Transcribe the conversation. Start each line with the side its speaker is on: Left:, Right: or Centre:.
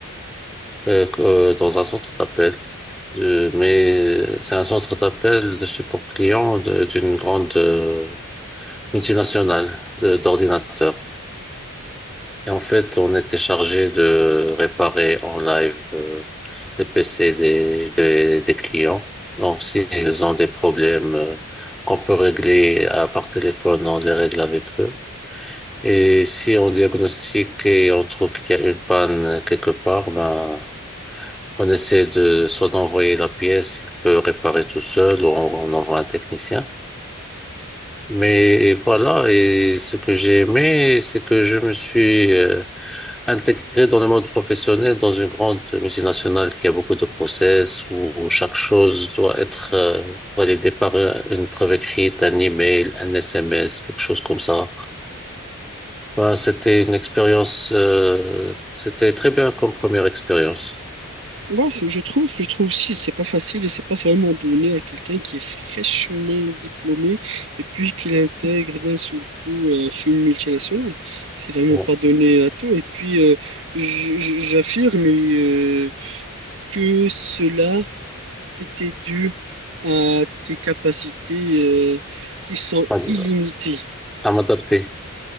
Centre: euh, euh, dans un centre d'appel. De- mais c'est un centre d'appel de support client de- d'une grande euh, multinationale de- d'ordinateurs. Et en fait, on était chargé de réparer en live euh, les PC des, des, des clients. Donc, s'ils ont des problèmes euh, qu'on peut régler à, par téléphone, on les règle avec eux. Et si on diagnostique et on trouve qu'il y a une panne quelque part, ben, on essaie de soit d'envoyer la pièce, il peut réparer tout seul, ou on, on envoie un technicien. Mais voilà, et ce que j'ai aimé, c'est que je me suis... euh, Intégré dans le monde professionnel, dans une grande multinationale qui a beaucoup de process, où chaque chose doit être euh, validée par euh, une preuve écrite, un email, un SMS, quelque chose comme ça. Ben, c'était une expérience, euh, c'était très bien comme première expérience.
Right: Ouais, je je trouve, je trouve aussi, c'est pas facile et c'est pas vraiment donné à quelqu'un qui est fraîchement diplômé et puis qu'il intègre d'un seul coup euh, une multinationale. C'est vraiment
Centre: Ouais.
Right: pas donné à tout. Et puis, euh, j- j- j'affirme euh, que cela était dû à tes capacités euh, qui sont
Centre: Pas-
Right: illimitées.
Centre: À m'adapter.